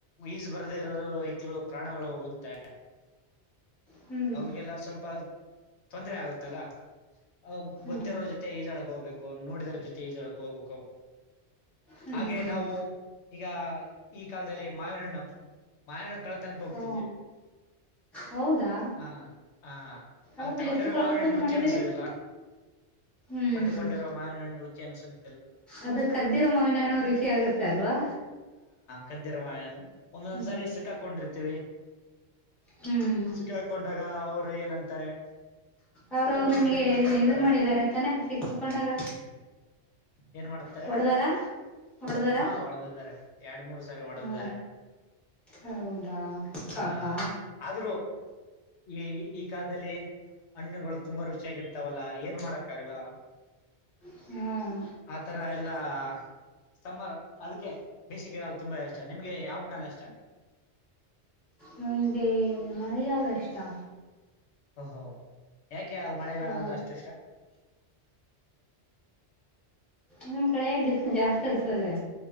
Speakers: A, on the left; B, in the centre.
A: ಈಜ ಬರ್ದಿರೋರು ಕ್ತಿಗಳು ಪ್ರಾಣಗಳು ಹೋಗುತ್ತೆ <unintelligible>
B: ಹ್ಮ್
A: ಅವ್ರಿಗೆಲ್ಲ ಸ್ವಲ್ಪ ತೊಂದರೆ ಆಗುತ್ತಲ್ಲ ಅವಗ
B: ಹ್ಮ್
A: ಗೊತ್ತಿರೋರ ಜೊತೆ ಈಜಾಡಕ್ ಹೋಗ್ಬೇಕು ನೋಡಿದ್ರ ಜೊತೆ ಈಜೊಡಕ್ ಹೋಗ್ಬೇಕು
B: ಹ್ಮ್
A: ಹಾಗೆ ನಾವು ಈಗ ಈ ಕಾಲದಲ್ಲಿ ಮಾವಿನಹಣ್ಣು ಮಾವಿನಣ್ಣುಕಳತನಕ್ಕೆ ಹೋಗ್ತಿದ್ದೀವಿ
B: ಓ ಹೌದಾ
A: ಹಾ ಹಾ
B: ಹೌದು
A: ಅ ತಗೊಂಡಿರೋ
B: ಎಷ್ಟು ಕಳತಲ್
A: ಮಾಾವನಣ್ಣುರುಚಿ
B: ಮಾಡಿದಿರಿ
A: ಅನ್ನಿಸೋದಿಲ್ಲ
B: ಹ್ಮ್
A: ಕೊಂಡಕೊಂಡಿರುವ ಮಾವಿನಣ್ <unintelligible> ರುಚಿಯನುಸ್ <unintelligible>
B: ಅದು ಕದ್ದಿರ ಮಾವಿನಣ್ಣು ರುಚಿ ಆಗುತ್ತೆ ಅಲ್ವಾ
A: ಕದ್ದಿ ಮಾಯಣ ಒಂದೊಂದ್ಸರಿ
B: ಹ್ಮ್
A: ಸಿಕ್ಕಾಕೊಂಡಿರ್ತೀವಿ
B: ಹ್ಮ್
A: ಸಿಕ್ಕಾ <unintelligible> ಅವ್ರು ಏನಂತಾರೆ
B: ಅವರು
A: ನಮ್ಮನ್ನ
B: ನಿಮ್ಗೆ
A: ಗಿಡಕ್ ಕಟ್ಟಾಕ್ತಾರೆ
B: ಇದು ಮಾಡಿದ್ದಾರೆ ತಾನೆ ಸಿಕ್ಕಕೊಂಡಾಗ
A: ಏನ್ ಮಾಡ್ತಾರೆ
B: ಹೊಡದಾರ ಹೊಡದಾರ
A: ಹಾ ಹೊಡೆದಿದ್ದಾರೆ ಎರಡ್ ಮೂರ್ ಸಾರಿ ಹೊಡೆದಿದ್ದಾರೆ
B: ಹ ಹೌದಾ ಪಾಪಾ
A: ಆ ಆದ್ರೂ ಈ ಈ ಕಾಲದಲ್ಲಿ ಹಣ್ಣುಗಳು ತುಂಬಾ ರುಚಿಯಾಗಿರ್ತಾವಲ್ಲ ಏನು ಮಾಡಕ್ಕಾಗಲ್ಲ
B: ಹ್ಮ್
A: ತರ ಎಲ್ಲಾ ಸಮ್ಮರ್ ಅದಿಕ್ಕೆ ಬೇಸಿಗೆಗಾಲ ತುಂಬಾ ಇಷ್ಟ ನಿಮ್ಗೆ ಯಾವ ಕಾಲ ಇಷ್ಟ
B: ನನಗೆ ಮಳೆಗಾಲ ಇಷ್ಟಾ
A: ಹೊ ಹೊ ಯಾಕೆ ಮಳೆಗಾಲಅಂದ್ರೆ
B: ಹಾ
A: ಅಷ್ಟು ಇಷ್ಟ
B: ನಿಮ್ ಕಡೆ ಬಿಸ್ಲು ಜಾಸ್ತಿ ಇತರ್ದೆ